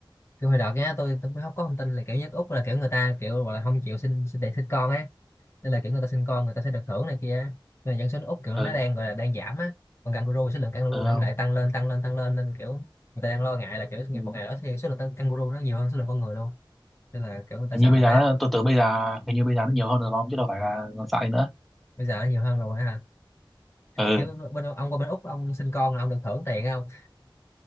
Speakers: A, on the left; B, in the centre.
A: kiểu hồi đợt nhá tôi tôi cũng không có thông tin là kiểu nhất Úc là kiểu người ta kiểu gọi là không chịu sinh sinh để sinh con á nên là kiểu người ta sinh con người ta sẽ được thưởng này kia á. nên là dân số nước Úc kiểu
B: ừ
A: nó đang gọi là đang giảm á còn kangaroo số lượng kangaroo
B: ừ không
A: thì nó lại tăng lên tăng lên tăng lên nên kiểu người ta đang lo ngại là kiểu ngày
B: Ừ.
A: một ngày đó thì số lượng tăng- kangaroo nó nhiều hơn số lượng con người luôn nên là kiểu người ta
B: hình
A: sợ
B: như bây giờ
A: thế
B: nó, tôi tưởng bây giờ hình như bây giờ nó nhiều hơn rồi mà ông chứ đâu phải là còn sợ nữa
A: bây giờ nó nhiều hơn rồi ha
B: ừ
A: kiểu bên ông qua bên Úc ông sinh con là ông được thưởng tiền không